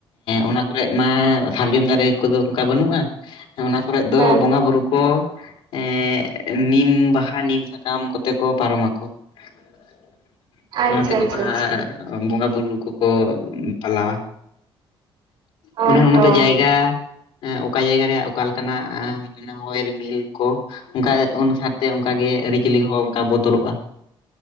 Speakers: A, on the left; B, on the right.
A: ᱚᱱᱟ ᱠᱚᱨᱮᱜ ᱢᱟ ᱥᱟᱨᱡᱚᱢ ᱫᱟᱨᱮ ᱠᱚᱫᱚ ᱚᱱᱠᱟ ᱵᱟᱹᱱᱩᱜᱼᱟ ᱚᱱᱟ ᱠᱚᱨᱮ ᱫᱚ
B: ᱦᱮᱸ
A: ᱵᱚᱸᱜᱟ ᱵᱩᱨᱩ ᱠᱚ ᱮᱸᱜ ᱱᱤᱢ ᱵᱟᱦᱟ ᱱᱤᱢ ᱥᱟᱠᱟᱢ ᱠᱚᱛᱮ ᱠᱚ ᱯᱟᱨᱚᱢ ᱟᱠᱚ ᱾
B: ᱟᱪᱪᱷᱟ
A: ᱚᱱᱟ ᱛᱮᱠᱚ
B: ᱟᱪᱪᱷᱟ
A: ᱵᱟᱦᱟ
B: ᱟᱪᱪᱷᱟ
A: ᱵᱚᱸᱜᱟᱼᱵᱩᱨᱩ ᱠᱚᱠᱚ ᱯᱟᱞᱟᱣᱟ ᱾
B: ᱚ
A: ᱢᱟᱱᱮ ᱚᱱᱟ
B: ᱦᱚᱸ
A: ᱫᱚ ᱡᱟᱭᱜᱟ ᱚᱠᱟ ᱡᱟᱭᱜᱟ ᱨᱮᱭᱟᱜ ᱚᱠᱟᱞᱮᱠᱟᱱᱟᱜ ᱢᱟᱱᱮ ᱦᱚᱭ ᱨᱤᱢᱤᱞ ᱠᱚ ᱚᱱᱠᱟ ᱚᱱᱩᱥᱟᱨ ᱛᱮ ᱚᱱᱠᱟᱜ ᱜᱮ ᱟᱹᱨᱤᱪᱟᱹᱞᱤ ᱦᱚᱸ ᱚᱱᱠᱟ ᱵᱚᱫᱚᱞᱚᱜᱼᱟ ᱾